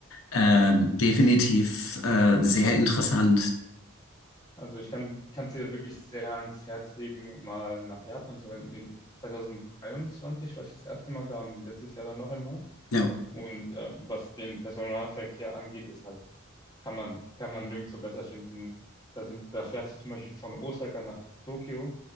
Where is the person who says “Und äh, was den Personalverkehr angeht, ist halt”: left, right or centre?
Left